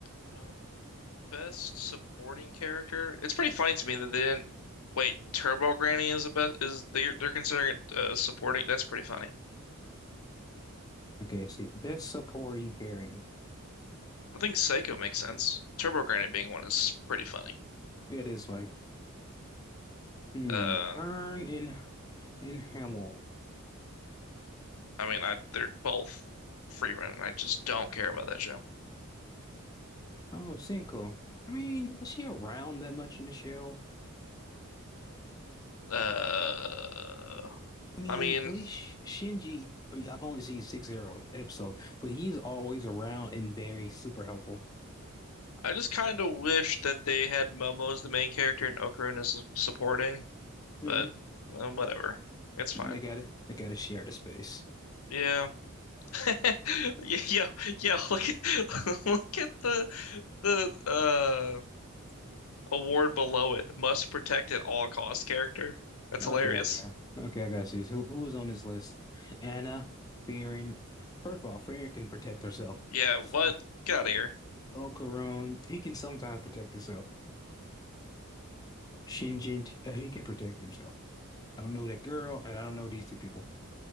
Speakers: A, on the left; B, on the left.
A: Uh, best supporting character. It's pretty funny to me that they didn't. Wait, Turbo Granny is the best. Is they're they're considering it uh, supporting? That's pretty funny.
B: Okay, I see. Best supporting caring.
A: I think Psycho makes sense. Turbo Granny being one is pretty funny.
B: Yeah, it is funny. Hmm.
A: Uh,
B: Fern and and Hamill.
A: I mean, I they're both free running. I just don't care about that show.
B: Oh, Cinco. I mean, was she around that much in the show?
A: Uh,
B: I mean,
A: I mean,
B: at least Sh- Shinji. I mean, I've only seen six arrow episode, but he's always around and very super helpful.
A: I just kind of wish that they had Momo as the main character and Okarun as supporting,
B: Mhm.
A: but um, whatever. It's fine.
B: They gotta they gotta share the space.
A: Yeah. <laughs> Yo, yo, look at <laughs> look at the the uh award below it. Must protect at all costs character. That's
B: Okay,
A: hilarious.
B: okay. Okay, I gotta see this. Who who was on this list? Anna, Fearing. First of all, Fearing can protect herself.
A: Yeah, what?
B: S-
A: Get out of here.
B: Ocaron, he can sometimes protect himself. Shinjin, uh, he can protect himself. I don't know that girl, and I don't know these two people.